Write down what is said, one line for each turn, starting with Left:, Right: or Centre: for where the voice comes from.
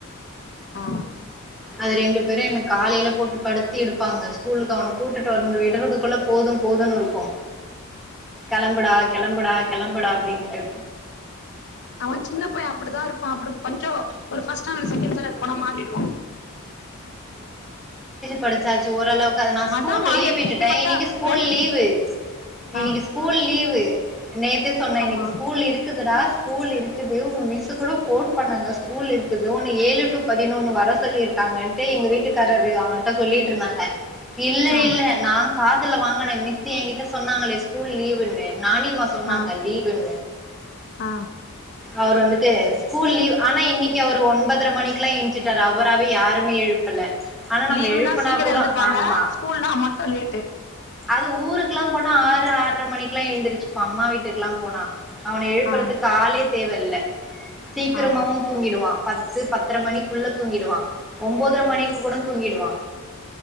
Left: ஆ
Centre: அது ரெண்டு பேரும் என்ன காலையில போட்டு படுத்தி எ <unintelligible> ஸூகூலுக் அவன கூட்டுட்டு வந்து விடுறதுக்குள்ள போதும் போதும்ன்னு இருக்கு கெளம்படா கெளம்படா கெளம்படா ங்டு
Left: அவ சின்னப்பய அப்டிதா இருப்பா அப்பறோ கொஞ்சோ ஒரு பர்ண்ட்ஸ்டாண்டர்ட் செக்கென்ட் ஸ்டாண்டர்டு போன மாறிடுவா
Centre: படிச்சாச்சி ஓரலவு நா ஸ்கூலுக்கு
Left: அதான்மா
Centre: லீவ்
Left: எல்
Centre: விட்டுட்டே
Left: கே ஜி மட்டும்
Centre: இன்க்கு ஸ்கூல்
Left: எல் கே
Centre: லீவு இன்னிக்கு
Left: ஆ
Centre: ஸ்கூல் லீவு நேத்த சொன்னே
Left: ஆமா
Centre: இன்னைக்கு ஸ்கூல் இருக்குதுடா ஸ்கூல் இருக்கு க்குது உ மிஸ் கூட ஃபோன் பண்ணாங்க ஸ்கூல் இருக்குது ஏழு டு பதினொன்னு வரசொல்லி இருக்கு க்காங்கன்ட்டு எங்க வீட்டுக்காரரு அவனிட்ட சொல்லிட்டு இருந்தாங்க இல்ல
Left: ஆ
Centre: இல்ல நா காதுல வாங்குனே மிஸ்ஸு என்கிட்ட சொன்னாங்களே ஸூகூல் லீவுண்ணே நானிம்மா சொன்னாங்க
Left: ஆ
Centre: லீவுன்னு
Left: ஆ
Centre: அவர் வந்துட்டு ஸ்கூல் லீவ் ஆனா இன்னைக்கு அவரு ஒன்பதரை மணிக்கு எல்லா எச்சுட்டாரு அவராவே யாருமே எழுப்பல ஆனா நம்ம
Left: லீவுனா
Centre: எழுப்புனா
Left: சீக்கிரம்
Centre: கூட
Left: எழுந்துப்பாங்க
Centre: ஆமா
Left: ஸ்கூல்னா மட்டும் லேட்டு
Centre: அது ஊருக்குல்லா போனா ஆறு ஆறரை மணிக்க எல்லா எழுந்திருச்சுப்பா அம்மா வீட்டுக்குல்லா போனா அவன எழுப்புறதுக்கு
Left: ஆ
Centre: ஆலே தில்ல சீக்கிரமாவு
Left: ஆ
Centre: தூங்கிடுவா பத்து பத்தரை மணிக்குள்ள தூங்கிடுவா ஒன்பதரை மணிக்கு கூட தூங்கிடுவா